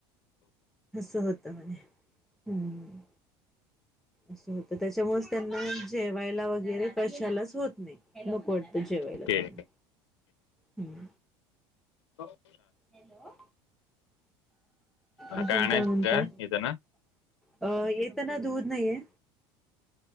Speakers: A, in the centre; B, on the left.
A: अस होत म्हणे हम्म असं होतं त्याच्यामुळेच त्यांना जेवायला वगैरे कशालाच होत नाही नको जेवायला
B: ओके.
A: त्यांना हम्
B: हो
A: हॅलो
B: मला
A: अजुन
B: आणायचं
A: काय म्हणता
B: का इथं ना?
A: अ येताना दूध नाहीये